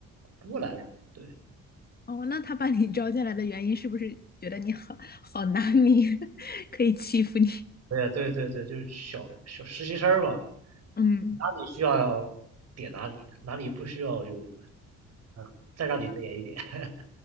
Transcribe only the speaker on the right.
波兰人。对，
对啊对对对，就是小小实习生嘛。
哪里需要点哪里，哪里不需要就，啊，再让你点一点。<laughs>